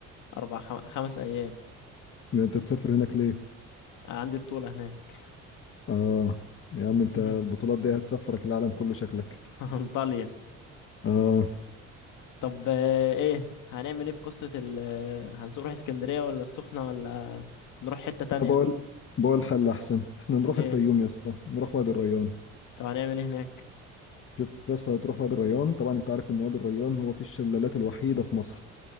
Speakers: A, on the left; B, on the left.
A: اربع خم... خمس ايام
B: انت تسافر هناك ليه
A: عندي بطولة هناك
B: اه يا عم انت
A: <laughs>
B: البطولات دي هتسافرك العالم كله شكلك
A: انطاليا
B: اه
A: طب آه، ايه هنعمل ايه في قصة ال آه، هنسوق نروح اسكندرية ولا السخنة ولا هنروح حتة تانية
B: انا بقول بقول حل احسن احنا نروح
A: ايه
B: الفيوم يا اسطى نروح وادي الريان
A: طب هنعمل ايه هناك
B: شوف بس هتروح وادي الريان طبعا انت عارف ان وادي الريان هو في الشلالات الوحيده في مصر